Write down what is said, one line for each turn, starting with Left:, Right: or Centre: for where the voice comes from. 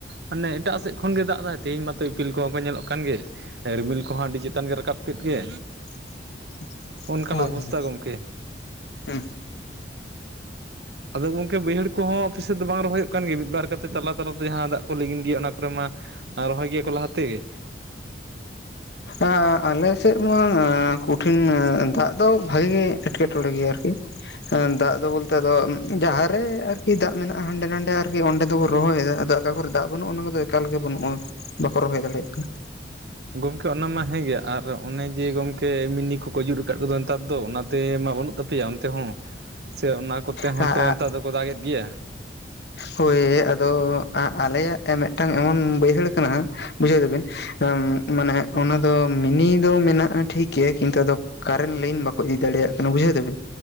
Right: ᱦᱟᱱᱮ ᱮᱴᱟᱜ ᱥᱮᱫ ᱠᱷᱚᱱ ᱜᱮ ᱫᱟᱜ ᱮᱫᱟᱭ ᱛᱮᱦᱤᱧ ᱢᱟᱛᱚ ᱤᱯᱤᱞ ᱠᱚᱦᱚᱸ ᱠᱚ ᱧᱮᱞᱚᱜ ᱠᱟᱱ ᱜᱮ ᱛᱮ ᱨᱤᱢᱤᱞ ᱠᱚᱦᱚᱸ ᱟᱹᱰᱤ ᱪᱮᱛᱟᱱ ᱜᱮ ᱨᱟᱠᱟᱵ ᱠᱮᱫ ᱜᱮ
Left: <inaudible>
Right: ᱚᱱᱠᱟᱱᱟᱜ
Left: ᱦᱚᱭ ᱦᱟᱭ
Right: ᱚᱵᱚᱥᱛᱟ ᱜᱚᱢᱠᱮ
Left: ᱦᱮᱸ
Right: ᱟᱫᱚ ᱜᱚᱝᱠᱮ ᱵᱟᱹᱭᱦᱟᱹᱲ ᱠᱚᱦᱚᱸ ᱟᱯᱮ ᱥᱮᱫ ᱫᱚ ᱵᱟᱝ ᱨᱚᱦᱚᱭᱚᱜ ᱠᱟᱱ ᱜᱮ ᱢᱤᱫ ᱵᱟᱨ ᱠᱟᱛᱮ ᱛᱟᱞᱟ ᱛᱟᱞᱟᱛᱮ ᱡᱟᱦᱟᱸ ᱫᱟᱜ ᱠᱚ ᱞᱤᱸᱜᱤᱱ ᱜᱤᱭᱟ ᱚᱱᱟ ᱠᱚᱨᱮ ᱢᱟ ᱟ ᱨᱚᱦᱚᱭ ᱜᱮᱭᱟ ᱠᱚ ᱞᱟᱦᱟᱛᱮᱜᱮ
Left: ᱟᱸ ᱟᱞᱮ ᱥᱮᱫ ᱢᱟ ᱠᱩᱴᱷᱤᱱ ᱫᱟᱜ ᱫᱚ ᱵᱷᱟᱜᱤ ᱜᱮ ᱮᱴᱠᱮᱴᱚᱬᱮ ᱜᱮᱭᱟ ᱟᱨᱠᱤ ᱫᱟᱜ ᱫᱚ ᱵᱚᱞᱛᱮᱫᱚ ᱡᱟᱦᱟᱸᱨᱮ ᱟᱨᱠᱤ ᱫᱟᱜ ᱢᱮᱱᱟᱜ-ᱟ ᱦᱟᱱᱰᱮ-ᱱᱷᱟᱰᱮ ᱟᱨᱠᱤ ᱚᱸᱰᱮ ᱫᱚᱵᱚᱱ ᱨᱚᱦᱚᱭᱮᱫ-ᱟ ᱚᱠᱟ ᱠᱚᱨᱮ ᱫᱟᱜ ᱵᱟᱹᱱᱩᱜ-ᱟᱱᱟ ᱚᱱᱟ ᱠᱚᱫᱚ ᱮᱠᱟᱞᱜᱮ ᱵᱟᱹᱱᱩᱜ-ᱟᱷ ᱵᱟᱠᱚ ᱨᱚᱦᱚᱭ ᱫᱟᱲᱮᱭᱟᱜ ᱠᱟᱱᱟ
Right: ᱜᱚᱢᱠᱮ ᱚᱱᱟ ᱢᱟ ᱦᱮᱸ ᱜᱮ ᱟᱨ ᱚᱱᱮ ᱡᱮ ᱜᱚᱢᱠᱮ ᱢᱤᱱᱤ ᱠᱚᱠᱚ ᱡᱩᱨ ᱟᱠᱟᱫ ᱠᱚᱫᱚ ᱱᱮᱛᱟᱨ ᱫᱚ ᱚᱱᱟᱛᱮ ᱢᱟ ᱵᱟᱹᱱᱩᱜ ᱛᱟᱯᱮᱭᱟ ᱚᱱᱛᱮ ᱦᱚᱸ ᱥᱮ ᱚᱱᱟ ᱠᱚᱛᱮ ᱦᱚᱸᱛᱚ
Left: ᱠᱟᱱᱟ
Right: ᱱᱮᱛᱟᱨ ᱫᱚᱠᱚ ᱫᱟᱜᱮᱫ ᱜᱮᱭᱟ
Left: ᱦᱚᱭ ᱟᱫᱚ ᱟ ᱟᱞᱮᱭᱟᱜ ᱮ ᱢᱤᱫᱴᱟᱝ ᱮᱢᱚᱱ ᱵᱟᱹᱭᱦᱟᱹᱲ ᱠᱟᱱᱟ ᱵᱩᱡᱷᱟᱹᱣᱮᱫᱟ ᱵᱤᱱ ᱴᱟᱹᱝ ᱢᱟᱱᱮ ᱚᱱᱟ ᱫᱚ ᱢᱤᱱᱤ ᱫᱚ ᱢᱮᱱᱟᱜ-ᱟ ᱴᱷᱤᱠ ᱠᱮ ᱠᱤᱱᱛᱩ ᱟᱫᱚ ᱠᱟᱨᱮᱱᱴ ᱞᱟᱭᱤᱱ ᱵᱟᱠᱚ ᱤᱫᱤ ᱫᱟᱲᱮᱭᱟᱜ ᱠᱟᱱᱟ ᱵᱩᱡᱷᱟᱹᱣ ᱮᱫᱟᱵᱤᱱ